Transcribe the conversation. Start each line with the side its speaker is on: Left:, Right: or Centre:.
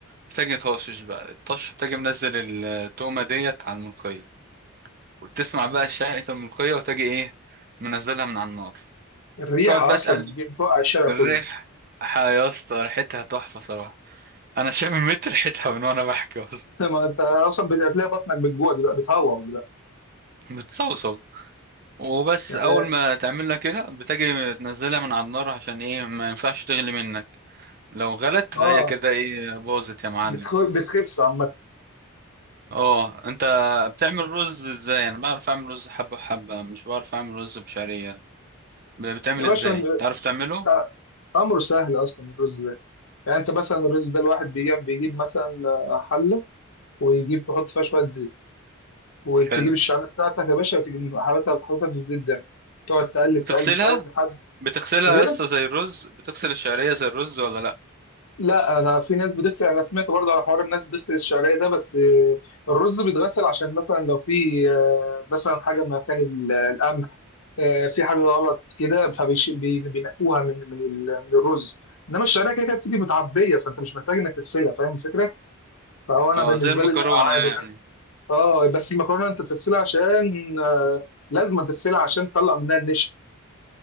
Right: بتجي طاشش بقى الطش بتجي منزل التومة ديت على الملقية وتسمع بقى شهقة الملقية وتجي ايه منزلها من على النار
Left: الريحه
Right: تقعد بقى
Left: اصلا
Right: تقلب
Left: بتجيب بتوقع الشارع
Right: الريح
Left: كله
Right: ح- يا اسطى ريحتها تحفة صراحة انا شامم متر ريحتها من وانا بحكي اصلا
Left: <laughs> ما انت اصلا بتلاقي بطنك بتجوع دلوقتي بتهوى دلوقتي
Right: <laughs> بتصوصو وبس
Left: يعني
Right: اول ما تعملها كده بتجي تنزلها من على النار عشان ايه ما ينفعش تغلي منك لو غلت فهي
Left: اه
Right: كده ايه باظت يا معلم
Left: بتخ- بتخف عامه
Right: اه انت بتعمل رز ازاي انا بعرف اعمل رز حبة حبة مش بعرف اعمل رز بشعرية ب- بتعمل
Left: يا باشا
Right: ازاي تعرف تعمله
Left: تع- امره سهل اصلا الرز ده يعني انت مثلا الرز ده الواحد بيجيب بيجيب مثلا آه، حله ويجيب يحط فيها شويه زيت وتجيب
Right: حلو
Left: الشعريه بتاعتك يا باشا وتجيب حاططها حاططها في الزيت ده تقعد تقلب
Right: بتغسلها
Left: تقلب تقلب لحد
Right: بتغسلها
Left: هنا
Right: يا اسطى زي الرز بتغسل الشعرية زي الرز ولا لا
Left: لا انا في ناس بتغسل انا سمعت برضه على حوار الناس بتغسل الشعريه ده بس آه، الرز بيتغسل عشان مثلا لو في آه، مثلا حاجه من مكان ال- القمح آه، في حاجه غلط كده فبينقوها من من ال- من الرز انما الشعريه كده كده بتيجي متعبيه فانت مش محتاج انك تغسلها فاهم الفكره؟ فهو انا
Right: اه
Left: بالنسبه
Right: زي المكرونة
Left: لي لا عادي
Right: يعني
Left: اه بس المكرونه انت بتغسلها عشان آه، لازم تغسلها عشان تطلع منها النشا